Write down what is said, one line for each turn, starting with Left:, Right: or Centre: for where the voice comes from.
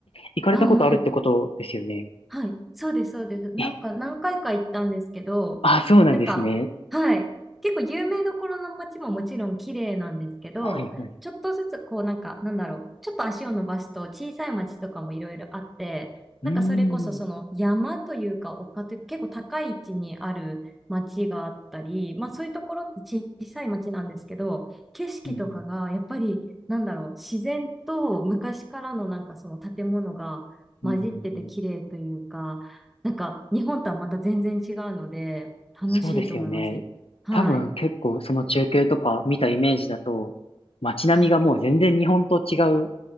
Left: 行かれたことあるってことですよね。
Centre: あ、もう、はい、そうです、そうです。なんか何回か行ったんですけど、
Left: え、あ、そうなんですね。
Centre: なんか、はい、結構有名どころの街ももちろん綺麗なんですけど、
Left: はいはい。
Centre: ちょっとずつこうなんか、なんだろう、ちょっと足を伸ばすと小さい街とかもいろいろあって、
Left: うーん、
Centre: なんかそれこそその山というか丘というか結構高い位置にある街があったり、まあそういうところって小さい街なんですけど、景色とかがやっぱりなんだろう、
Left: うん、
Centre: 自然と昔からのなんかその建物が混じってて綺麗というか、
Left: うん、うん。
Centre: なんか日本とはまた全然違うので、楽しいと思いますし。
Left: そうですよね。
Centre: はい。
Left: 多分結構その中継とか見たイメージだと、街並みがもう全然日本と違う、
Centre: はい。